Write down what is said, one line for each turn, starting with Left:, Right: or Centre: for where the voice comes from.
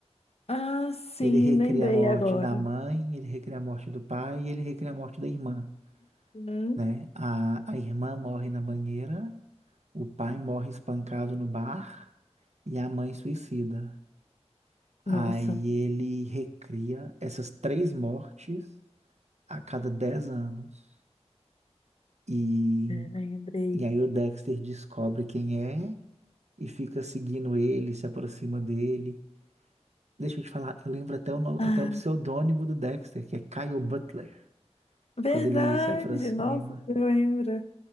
Left: Ah, sim,
Right: Ele recria
Left: lembrei
Right: a morte
Left: agora.
Right: da mãe, ele recria a morte do pai e ele recria a morte da irmã,
Left: Uhum.
Right: né? A, a irmã morre na banheira, o pai morre espancado no bar e a mãe suicida. Aí
Left: Nossa,
Right: ele recria essas três mortes a cada 10 anos. E,
Left: é, lembrei.
Right: e aí o Dexter descobre quem é e fica seguindo ele, se aproxima dele. Deixa eu te falar, eu lembro até o, no-
Left: Ah,
Right: até o pseudônimo do Dexter, que é Kyle Butler,
Left: verdade,
Right: quando ele se aproxima.
Left: nossa, você lembra.